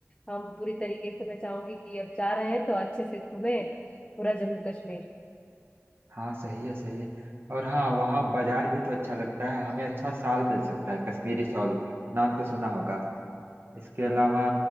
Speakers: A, on the left (about 20°); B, on the right (about 50°).
A: हम पूरी तरीके से मैं चाहूंगी कि अब जा रहे हैं तो अच्छे से घूमे पूरा जम्मू कश्मीर
B: हाँ सही है सही है और हाँ वहाँ बाजार भी तो अच्छा लगता है हमें अच्छा साल मिल सकता है कश्मीरी शॉल नाम तो सुना होगा इसके अलावा